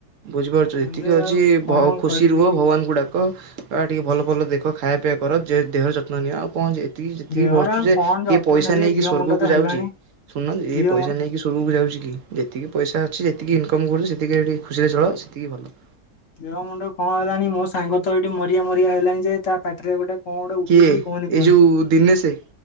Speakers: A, on the right; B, on the left.
A: ବୁଝିପାରୁଛୁ ଯେତିକି
B: ଯେ
A: ଅଛି
B: ଆଉ କଣ
A: ଭ ଖୁସି
B: କରିବି
A: ରୁହ ଭଗବାନଙ୍କୁ ଡ଼ାକ ବା ଟିକେ ଭଲ ଭଲ ଦେଖ ଖାଇବା ପିଇଆ କର ଯେ ଦେହର ଯତ୍ନ ନିଅ ଆଉ କଣ ଯେ ଏତିକି ଯେତିକି
B: ଦେହର
A: ବଶ୍
B: ଆଉ
A: କିଏ
B: କଣ ଯତ୍ନ
A: ପଇସା
B: ନେବି
A: ନେଇକି
B: ଦିହ
A: ସ୍ଵର୍ଗକୁ
B: ମୁଣ୍ଡ ତ
A: ଯାଉଛି
B: ହେଲାଣି
A: ଶୁଣୁନାହାନ୍ତି
B: ଦିହ
A: ଏଇ ପଇସା
B: ମୁ
A: ନେଇ ନେଇକି ସ୍ୱର୍ଗକୁ ଯାଉଛିକି ଯେତିକି ପଇସା ଅଛି ଯେତିକି ଇନକମ୍ କରୁଛି ସେତିକିରେ ଟିକେ ଖୁସିରେ ଚଳ ସେତିକି ଭଲ।
B: ଦେହ ମୁଣ୍ଡ କଣ ହେଲାଣି ମୋ ସାଙ୍ଗ ତ ଏଇଠି ମରିଆ ମରିଆ ହେଲାଣି ଯେ ତା ପାଟିରେ ଗୋଟେ କଣ ଗୋଟେ ଉଠିଛି
A: କିଏ
B: କୁହନି
A: ଏଇ
B: କୁହନି
A: ଯୋଉ ଦିନେଶେ